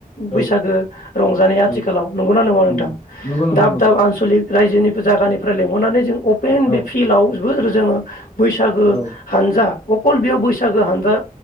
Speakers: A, on the left (about 70°); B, on the left (about 50°).
A: बैसागो
B: औ
A: रंजानाया आथिखालाव
B: औ
A: नंगौना नङा नोंथां
B: उम नंगौ नोंथां
A: दाब
B: नंगौ
A: दाब आनसलिक रायजोनिबो जागानि फ्राय लिंहरनानै जों अपेन
B: औ
A: बे फिल्डआव बो जोङो बैसागो
B: औ
A: हानजा अकल बेयाव बैसागो हानजा